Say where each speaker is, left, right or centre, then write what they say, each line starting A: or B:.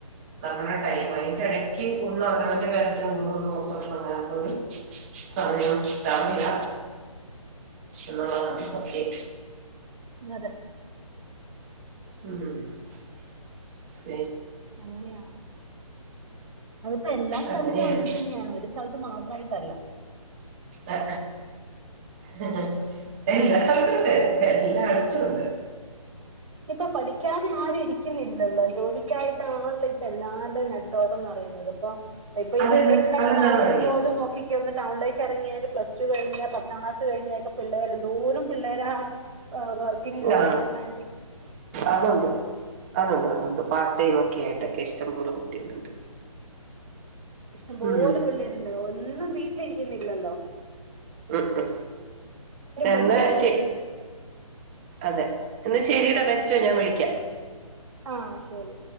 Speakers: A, on the right; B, on the right.
A: നമ്മുടെ ടൈം. അയിന്റെ ഇടക്ക് ഒന്ന് അവനവന്റെ കാര്യത്തിന് ഒന്ന് നോക്ക പറഞ്ഞ ഒരു സമയം ട്ടമില്ല എന്നുള്ളതാണ് സത്യം.
B: അതെ
A: മ്മ്
B: അങ്ങനെയാ അതിപ്പോ എല്ലാ സ്ഥലത്തും
A: അങ്ങനെയാണ്
B: അങ്ങനെ തന്നെയാണ് ഒരു സ്ഥലത്ത് മാത്രായിട്ടല്ല.
A: ആ ആ എല്ലാ സ്ഥലത്തുണ്ട് എല്ലാടുത്തുണ്ട്.
B: ഇപ്പ പഠിക്കാനും ആരും ഇരിക്കുന്നില്ലല്ലോ ജോലിക്കായിട്ടാണല്ലോ ഇപ്പ എല്ലാർടെയും നെട്ടോട്ടന്ന് പറയുന്നത് ഇപ്പ ഇപ്പ ഈ
A: അതെന്താ
B: വെക്കേഷൻ ടൈമിലാണെങ്കിൽ
A: അതെന്താണെന്നറിയോ
B: പോലും നോക്കിക്കെ ഒന്ന് ടൗൺലെ ക്കെറങ്ങിയാല് പ്ലസ്റ്റു കഴിഞ്ഞ പത്താം ക്ലാസ് കഴിഞ്ഞെക്കെ പിള്ളേര് എന്തോരം പിള്ളേരാ ആ വർക്കിന് കേറിയേക്കുന്നെ
A: ആ അതുണ്ട് അതുണ്ട് അതുണ്ട് പാർട്ട് ടൈം ഒക്കെ ആയി ട്ടൊക്കെ ഇഷ്ടംപോലും കുട്ടികളുണ്ട്
B: ഇഷ്ടംപോല
A: ഉം.
B: പിള്ളേരുണ്ട് ഒന്നും വീട്ടിലി ക്കുന്നില്ലല്ലോ
A: മ്മ് മ് എന്നാ
B: പഠിക്കാ
A: ശെരി അതെ എന്ന ശരീടാ വെച്ചോ ഞാൻ വിളിക്കാം
B: ആഹ് ശെരി